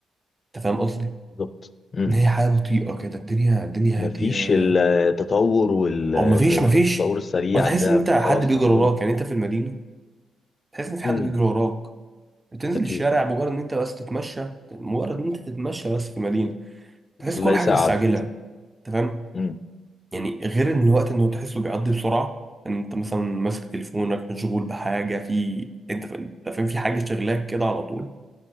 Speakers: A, on the right; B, on the left.
A: أنت فاهم قصدي؟
B: بالظبط امم
A: إن هي حياة بطيئة كده الدنيا الدنيا
B: مفيش
A: هادية
B: التطور والتطور
A: أو مفيش مفيش
B: السريع
A: أو تحس
B: ده
A: إن أنت حد
B: خلاص
A: بيجري
B: ما عندهم
A: وراك يعني أنت في المدينة تحس إن في حد
B: امم
A: بيجري وراك بتنزل
B: اكيد
A: الشارع مجرد إن أنت بس تتمشى مجرد إن أنت تتمشى بس في المدينة تحس
B: ليس
A: كل حاجة
B: عدد
A: مستعجلة أنت فاهم؟
B: امم
A: يعني غير ان الوقت انه تحسه بيعدي بسرعه ان انت مثلا ماسك تليفونك مشغول بحاجه في انت ف... انت فاهم في حاجه شغلاك كده على طول